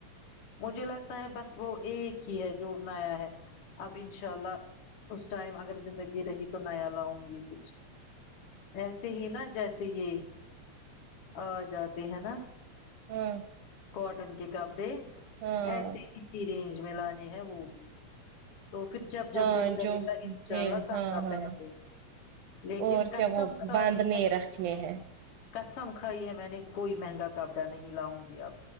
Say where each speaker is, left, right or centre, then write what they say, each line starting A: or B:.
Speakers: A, on the left (about 55°); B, on the right (about 85°).
A: مجھے لگتا ہے بس وہ ایک ہی ہے جو نیا ہے اب انشاء اللہ اس ٹائم اگر زندگی رہی تو نیا لاؤں گی کچھ ایسے ہی نا جیسے یہ آ جاتے ہیں نا
B: ہمم
A: کاٹن کے کپڑے
B: ہاں
A: ایسے اسی رینج میں لانے ہیں وہ بھی تو پھر جب جب
B: ہاں
A: دل کرے
B: جو
A: گا
B: جیل
A: انشاءاللہ تنگہ
B: ہاں ہاں
A: پہن لے گی لیکن
B: اور
A: قسم
B: کیا وہ
A: کھائی
B: باندھنے
A: ہے
B: رکھنے ہیں
A: قسم کھائی ہے میں نے کوئی مہنگا کپڑا نہیں لاؤں گی اپ